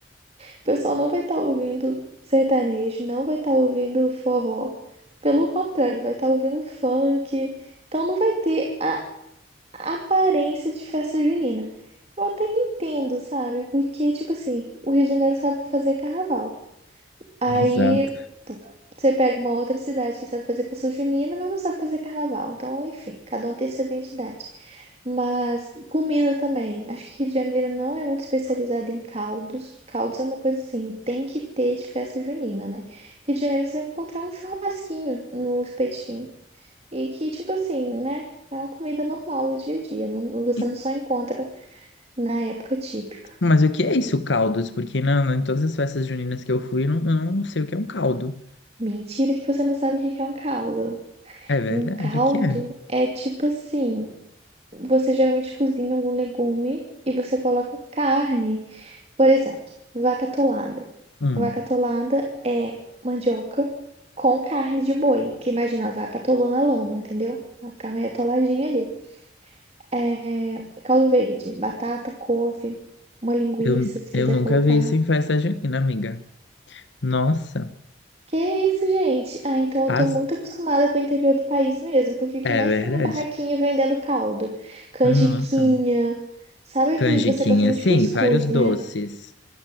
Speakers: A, on the right (about 35°); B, on the left (about 80°).
A: O pessoal não vai estar ouvindo sertanejo, não vai estar ouvindo forró. Pelo contrário, vai estar ouvindo funk. Então, não vai ter a a aparência de festa junina. Eu até entendo, sabe? Porque, tipo assim, o Rio de Janeiro sabe fazer carnaval. Aí
B: Exato.
A: p- você pega uma outra cidade que sabe fazer festa junina, mas não sabe fazer carnaval. Então, enfim, cada um tem sua identidade. Mas comida também. Acho que Rio de Janeiro não é muito especializado em caldos. Caldos é uma coisa assim, tem que ter de festa junina, né? Rio de Janeiro você vai encontrar um churrasquinho no espetinho. E que, tipo assim, né? É uma comida normal do dia a dia. Não, você
B: E-
A: não só encontra na época típica.
B: Mas o que é isso, caldos? Porque não, não, em todas as festas juninas que eu fui, eu não, eu não sei o que é um caldo.
A: Mentira que você não sabe o que que é um caldo.
B: É verdade,
A: Um caldo
B: o que é?
A: é tipo assim, você geralmente cozinha algum legume e você coloca carne. Por exemplo, vaca atolada.
B: Hum,
A: Vaca atolada é mandioca com carne de boi, que imagina a vaca atolou na lama, entendeu? Ela fica meio atoladinha ali. É, caldo verde, batata, couve, uma linguiça,
B: eu,
A: se quiser
B: eu nunca
A: colocar.
B: vi isso em festa junina, amiga. Nossa.
A: Que isso, gente? Ah, então eu
B: As...
A: tô muito acostumada com o interior do país mesmo, porque o que mais
B: É verdade.
A: tem é barraquinha vendendo caldo, canjiquinha.
B: Nossa.
A: Sabe aquele.
B: Canjiquinha,
A: Você gosta muito
B: sim,
A: de cuscuz,
B: vários doces.
A: né?